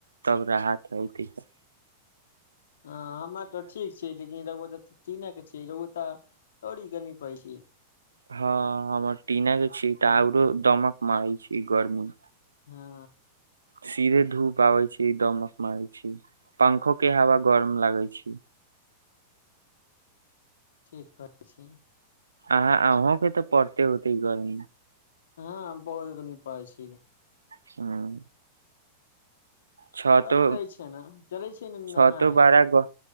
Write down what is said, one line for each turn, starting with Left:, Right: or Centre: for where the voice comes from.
Right: तब राहत हएत एछ।
Left: हाँ हमर ते ठीक छै, लेकिन रौउआ त ट टीने के छिये, रौउआ त और इ गर्मी पड़े छै।
Right: हाँ हमर टीना के छी तऽ आरो दमक मारै छै गर्मी।
Left: हँ
Right: सीधे धूप आबै छी, दमक मारै छी, पंखो के हवा गरम लागै छी।
Left: ठीक कहे छी।
Right: अहा अहों के ते पड़ते होते गर्मी।
Left: हाँ बहुत गर्मी पड़े छै।
Right: ह्म्म। छतो,
Left: आओर बतै छै ने चलै छै ने नहाय
Right: छतो बड़ा ग